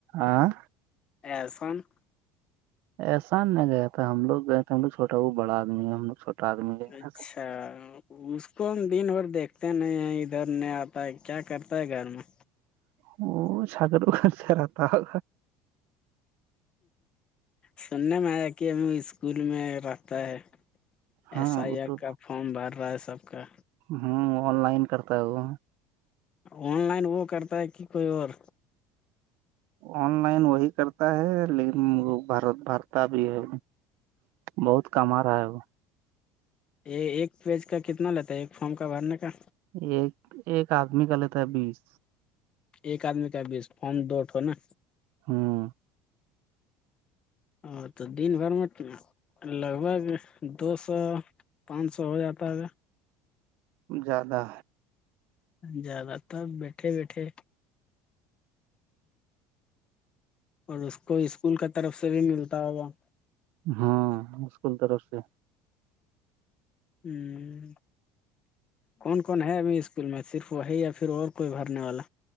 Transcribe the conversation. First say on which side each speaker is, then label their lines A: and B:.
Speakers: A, on the right; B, on the left.
A: آاں
B: عرفان
A: احسان نہ گیا تھا ہم لگ گئے تھے ہم لو چھوٹا وہ بڑا آدمی ہے ہم لوگ چھوٹا آدمی گئے
B: اچھا
A: <unintelligible>
B: اس کو ہم دن بھر دیکھتے نہیں ہیں ادھر نہیں آتا ہے کیا کرتا ہے گھر میں
A: وہ ساگررو خرچ رہتا ہو
B: سننے میں آیا کہ ہمیں اسکول میں رہتا ہے ایس
A: ہاں
B: آئی
A: وہ
B: آر
A: تو
B: کا فارم بھر رہا ہے سب کا
A: ہوں آن لائن کرتا ہوں
B: آن لائن وہ کرتا ہے کہ کوئی اور
A: آن لائن وہی کرتا ہے لیکن وہ بار بھرتا بھی ہے بہت کم آ رہا ہے وہ
B: یہ ایک پیج کا کتنا لیتا ہے ایک فارم کا بھرنے کا
A: ایک ایک آدمی کا لیتا ہے بیس
B: ایک آدمی کا بیس فم دوٹو نا
A: ہاں
B: ا تو دن بھر متنا لگ بھگ دو سو پانچ سو ہو جاتا ہے
A: زیادہ
B: زیادہ ت بیٹھے بیٹھے اور اس کو اسکول کا طرف سے بھی ملتا ہوگا
A: ہاں مکول طرف سے
B: ہوں کون کون ہے ابھی اسکول میں صرف وہی یا پھر اور کوئی بھرنے والا